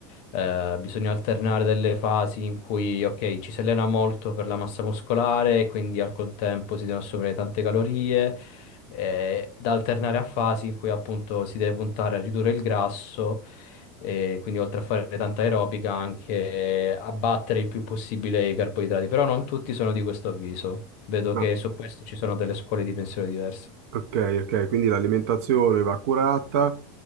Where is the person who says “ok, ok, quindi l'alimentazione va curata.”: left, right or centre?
Right